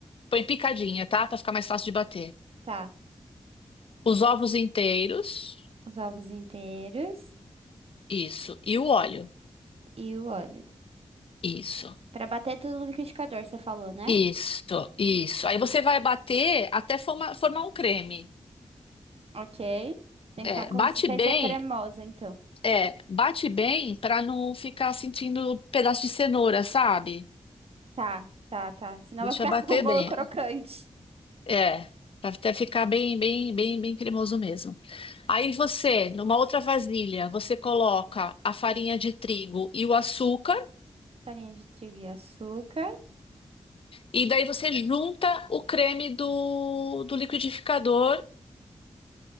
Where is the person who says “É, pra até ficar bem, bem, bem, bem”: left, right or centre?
Left